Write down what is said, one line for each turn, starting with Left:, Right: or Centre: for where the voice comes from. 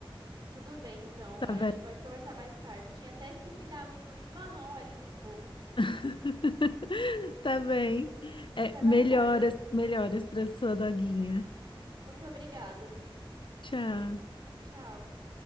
Right: Tudo bem, então.
Left: Tá
Right: A
Left: bem?
Right: gente pode conversar mais tarde. Tinha até esquecido a água do meu chimarrão ali no fogo.
Left: <laughs> Tá bem. É,
Right: Até
Left: melhoras,
Right: mais tarde.
Left: melhoras para sua doguinha.
Right: Muito obrigada.
Left: Tchau.
Right: Tchau.